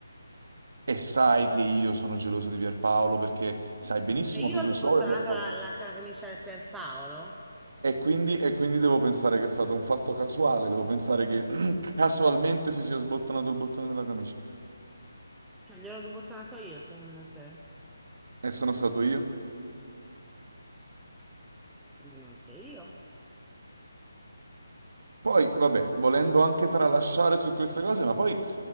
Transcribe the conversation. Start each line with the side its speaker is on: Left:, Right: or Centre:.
Right: e sai che io sono geloso di Pierpaolo perché sai benissimo
Centre: Cioè, io
Right: che
Centre: ho
Right: io
Centre: sbottonato
Right: so il rapporto...
Centre: la, la camicia per Paolo?
Right: E quindi, e quindi devo pensare che è stato un fatto casuale, devo pensare che <clears throat> casualmente si sia sbottonato il bottone della camicia.
Centre: Cioè, gliel'ho sbottonato io, secondo te?
Right: E sono stato io.
Centre: Neanche io.
Right: Poi, vabbè, volendo anche tralasciare su queste cose, ma poi,